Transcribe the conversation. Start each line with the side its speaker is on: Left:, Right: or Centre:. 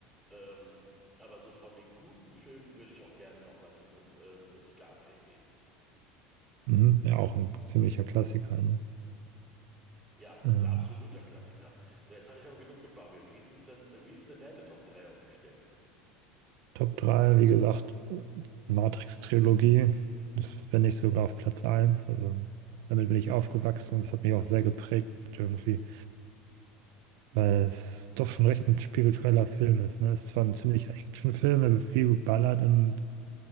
Centre: Ähm, aber so von den guten Filmen würde ich auch gerne nochmal ähm, Scarface sehen.
Right: Mhm. Ja, auch ein ziemlicher Klassiker, ne?
Centre: Ja,
Right: Ähm,
Centre: ein absoluter Klassiker. So, jetzt habe ich aber genug gebabbelt. Wie sieht's denn, äh, wie ist denn deine Top drei aufgestellt?
Right: Top 3, wie gesagt, Matrix-Trilogie. Das finde ich sogar auf Platz eins. Also damit bin ich
Centre: Hm?
Right: aufgewachsen. Das hat mich auch sehr geprägt irgendwie, weil es doch schon recht ein spiritueller Film ist. Ne? Es ist zwar ein ziemlicher Actionfilm, da wird viel geballert und